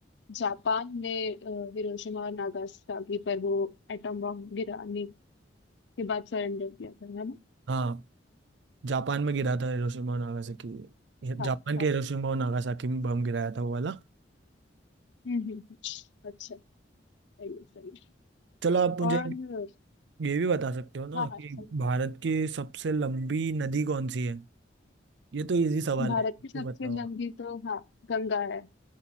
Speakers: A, on the left (about 70°); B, on the right (about 70°).
A: जापान ने अ, हिरोशिमा और नागासाकी पर वो एटम बॉम्ब गिराने के बाद सरेंडर किया था है ना
B: हाँ जापान में गिरा था हिरोशिमा और नागासाकी
A: हाँ
B: जापान
A: हाँ
B: के हिरोशिमा और नागासाकी में बम गिराया था वो वाला
A: हम्म हम्म हम्म, अच्छा सही है सही है।
B: चलो आप मुझे
A: और
B: ये भी बता सकते हो ना
A: हाँ हाँ
B: कि
A: सही।
B: भारत की सबसे लंबी नदी कौन सी है ये तो इजी सवाल
A: भारत
B: है तो
A: की सबसे
B: बताओ
A: लंबी तो हाँ गंगा है